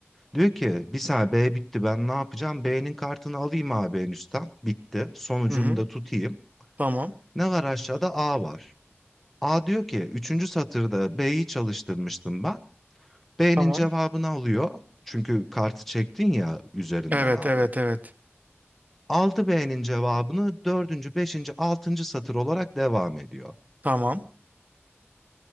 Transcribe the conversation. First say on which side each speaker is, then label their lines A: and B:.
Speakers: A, in the centre; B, on the right.
A: Diyor ki bir saniye B bitti ben ne yapacağım? B'nin kartını alayım abi en üstten. Bitti. Sonucunu
B: Hı hı,
A: da tutayım.
B: tamam,
A: Ne var aşağıda? A var. A diyor ki üçüncü satırda B'yi çalıştırmıştım ben. B'nin
B: tamam.
A: cevabını alıyor. Çünkü kartı çektin ya üzerinden
B: Evet,
A: A'nın.
B: evet, evet.
A: Aldı B'nin cevabını dördüncü, beşinci, altıncı satır olarak devam ediyor.
B: Tamam.